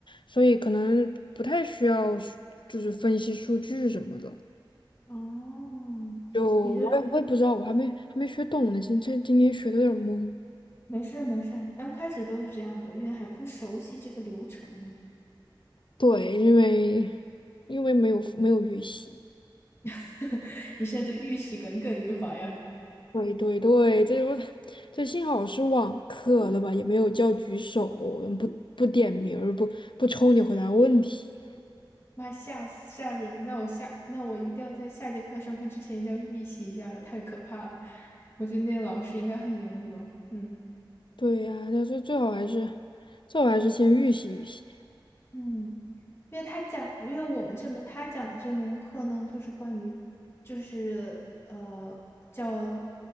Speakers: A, on the left; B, on the left.
A: 所以可能不太需要数就是分析数据什么的。
B: 哦，
A: 就我也我也不知道，
B: 也就
A: 我还没还没学懂呢，今这今天学的有点懵。
B: 没事儿没事儿刚开始都是这样的，因为还不熟悉这个流程嘛。
A: 对，因为因为没有没有预习。
B: <laughs> 你现在对预习耿耿于怀呀、
A: 对对对，这不这幸好是网课的吧，也没有叫举手，不不点名儿，不不抽你回答问题。
B: 妈吓死吓人！那我下那我一定要在下节课上课之前一定要预习一下了，太可怕了。我觉得那个老师应该很严格。嗯。
A: 对呀、但是最好还是最好还是先预习预习。
B: 嗯，因为他讲，因为我们这门他讲的这门课呢，就是关于，就是呃叫